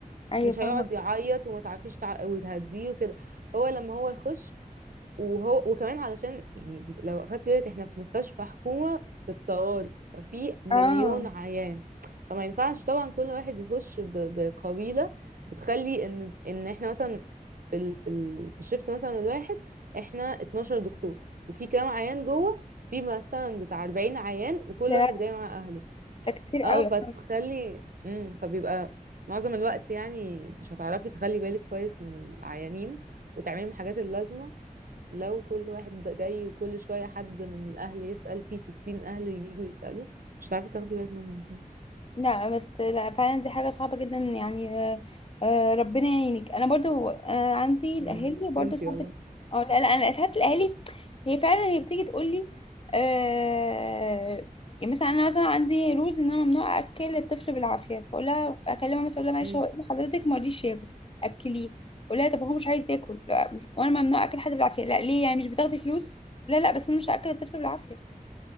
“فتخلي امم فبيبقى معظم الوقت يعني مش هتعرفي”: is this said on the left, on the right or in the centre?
Right